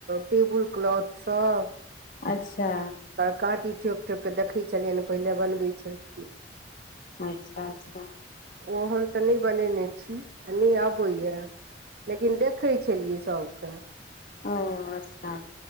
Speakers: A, on the right; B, on the left.
A: टेबुल क्लॉथ सब
B: अच्छा
A: हं काँटी ठोक ठोकि कऽ देखै छलियनि पहिले बनबै छलखिन
B: अच्छा अच्छा
A: ओ हम तऽ नहि बनेने छी आ नहि अबैया लेकिन देख देखै छलियै सबके
B: ओ अच्छा